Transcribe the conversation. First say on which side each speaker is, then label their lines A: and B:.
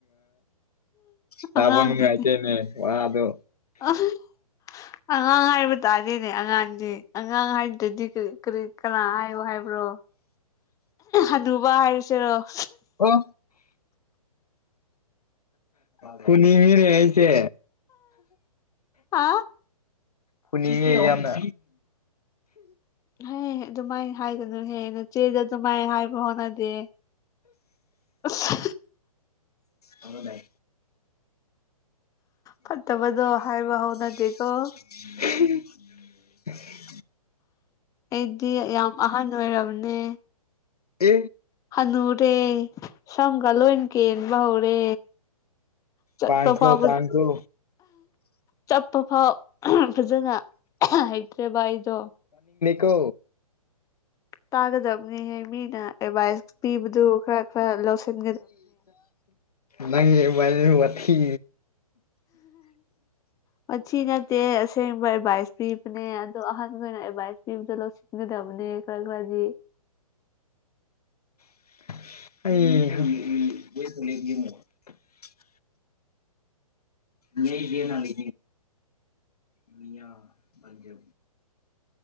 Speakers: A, on the left; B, on the left.
A: ꯇꯥꯐꯝ
B: ꯑꯉꯥꯡꯅꯤꯅꯦ
A: ꯅꯨꯡꯉꯥꯏꯇꯦꯅꯦ ꯋꯥꯗꯣ
B: ꯑꯍ ꯑꯉꯥꯡ ꯍꯥꯏꯕ ꯇꯥꯔꯦꯅꯦ ꯑꯉꯥꯡꯁꯦ ꯑꯉꯥꯡ ꯍꯥꯏꯗꯗꯤ ꯀꯔꯤ ꯀꯅꯥ ꯍꯥꯏꯌꯣ ꯍꯥꯏꯕ꯭ꯔꯣ ꯑꯗꯨꯕ ꯍꯥꯏꯔꯨꯁꯤꯔꯣ
A: ꯑ ꯀꯨꯅꯤ ꯃꯤꯅꯤ ꯌꯥꯁꯦ
B: ꯍꯥ
A: ꯍꯨꯅꯤꯡꯉꯦ ꯌꯥꯝꯅ
B: ꯍꯌꯦ ꯑꯗꯨꯃꯥꯏꯅ ꯍꯥꯏꯒꯅꯨ ꯍꯦ ꯅꯆꯦꯗ ꯑꯗꯨꯃꯥꯏꯅ ꯍꯥꯏꯕ ꯍꯣꯠꯅꯗꯦ ꯑꯁ
A: ꯍꯚꯏ
B: ꯐꯠꯇꯕꯗꯣ
A: <unintelligible>
B: ꯍꯥꯏꯕ ꯍꯧꯅꯗꯦꯀꯣ ꯑꯩꯗꯤ ꯌꯥꯝ ꯑꯍꯟ ꯑꯣꯏꯔꯕꯅꯦ
A: ꯎ
B: ꯍꯅꯨꯔꯦ ꯁꯪꯒ ꯂꯣꯏ ꯀꯦꯟꯕ ꯍꯧꯔꯦ ꯆꯠꯄ
A: ꯄꯥꯡꯈ꯭ꯔꯣ
B: ꯐꯥꯎ
A: ꯄꯥꯡꯈ꯭ꯔꯣ
B: ꯆꯠꯄ ꯐꯥꯎ ꯐꯖꯅ ꯍꯩꯇ꯭ꯔꯦꯕ ꯑꯩꯗꯣ
A: ꯀꯣ
B: ꯇꯥꯒꯗꯕꯅꯤꯍ ꯃꯤꯅ ꯑꯦꯗꯚꯥꯏꯁ ꯄꯤꯕꯗꯨ ꯈꯔ ꯈꯔ ꯂꯧꯁꯟ
A: ꯅꯪ ꯋꯥꯥꯏ ꯋꯥꯇꯤ
B: ꯄ ꯅꯁꯏꯁ ꯄꯤ ꯄꯅꯦ ꯑꯗꯨ ꯑꯍꯅ ꯑꯦꯏ ꯄꯤ ꯁꯤꯗꯅꯦ ꯈ ꯈꯗꯤ <inaudible>
A: ꯑꯩ ꯅ ꯗꯅ ꯂꯤ ꯃꯤꯌꯥ ꯄꯥꯖ